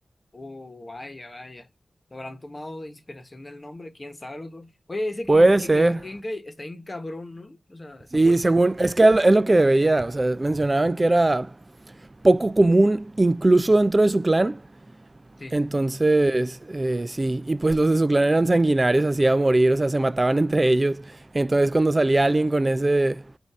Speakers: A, on the left; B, on the right.
A: Oh, vaya, vaya. Lo habrán tomado de inspiración del nombre, quién sabe lo que. Oye, ese que,
B: Puede
A: que,
B: ser.
A: que en Genkai está bien cabrón, ¿no? O sea, está
B: Sí,
A: fuerte.
B: según. Es que es lo que veía. O sea, mencionaban que era poco común, incluso dentro de su clan.
A: Sí.
B: Entonces, eh, sí. Y pues los de su clan eran sanguinarios, así a morir. O sea, se mataban entre ellos. Entonces, cuando salía alguien con ese.